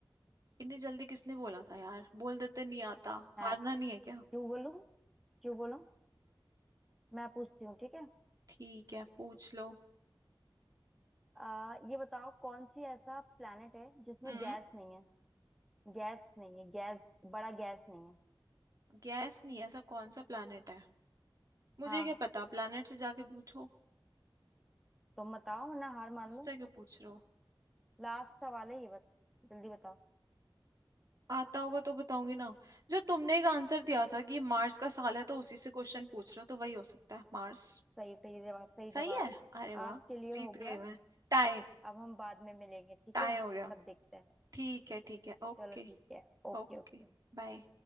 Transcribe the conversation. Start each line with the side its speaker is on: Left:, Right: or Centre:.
Right: इतनी जल्दी किसने बोला था यार बोल देते नहीं आता
Centre: मैं
Right: हारना नहीं है क्या
Centre: क्यों बोलूं क्यों बोलूं मैं पूछती हूँ ठीक है
Right: ठीक है पूछ लो
Centre: आ, ये बताओ कौन सी ऐसा प्लेनेट है जिसमें
Right: हम्म
Centre: गैस नहीं है गैस नहीं है गैस बड़ा गैस नहीं है
Right: गैस नहीं है, ऐसा कौन सा प्लैनेट है मुझे
Centre: हाँ
Right: क्या पता प्लैनेट से जाके पूछो
Centre: तुम बताओ वरना हार मान
Right: मुझसे
Centre: लो
Right: क्यों पूछ रहे हो
Centre: लास्ट सवाल है ये बस जल्दी बताओ
Right: आता होगा तो बताऊंगी ना जो तुमने एक आंसर दिया था कि मार्स का साल है तो उसी से क्वेश्चन पूछ रहे हो तो वही हो सकता है मार्स
Centre: सही सही जवाब सही
Right: सही
Centre: जवाब
Right: है अरे वाह
Centre: आज के लिए
Right: जीत
Centre: हो गया
Right: गई मैं टाई
Centre: अब हम बाद में मिलेंगे ठीक
Right: टाई
Centre: है
Right: हो गया
Centre: तब देखते हैं
Right: ठीक है ठीक है ओके
Centre: चलो ठीक है Okay
Right: ओके
Centre: okay
Right: बाय